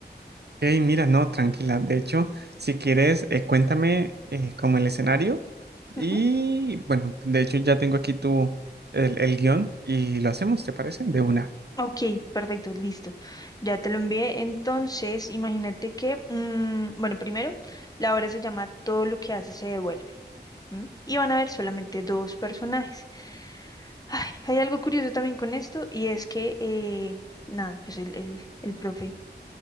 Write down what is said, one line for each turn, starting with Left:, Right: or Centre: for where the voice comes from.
Right: Hey, mira, no, tranquila. De hecho, si quieres, eh, cuéntame eh, como el escenario y
Left: Ujú.
Right: bueno, de hecho ya tengo aquí tu el, el guión y lo hacemos, ¿te parece? De una.
Left: Ok, perfecto, listo. Ya te lo envié. Entonces, imagínate que, mm, bueno, primero, la obra se llama Todo lo que hace se devuelve. ¿m? Y van a haber solamente dos personajes. Ay, hay algo curioso también con esto y es que, eh, nada, pues el, el, el profe